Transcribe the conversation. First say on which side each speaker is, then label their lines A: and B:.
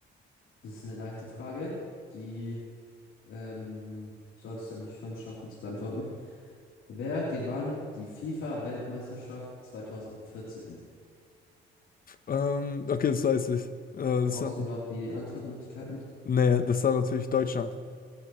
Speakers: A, on the left; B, on the left.
A: Das ist eine leichte Frage. Die ähm, solltest du eigentlich schon schaffen zu beantworten. Wer gewann die FIFA-Weltmeisterschaft 2014?
B: Ähm, okay, das weiß ich. Äh, das
A: Brauchst
B: war,
A: du überhaupt die Antwortmöglichkeiten?
B: nee, das war natürlich Deutschland.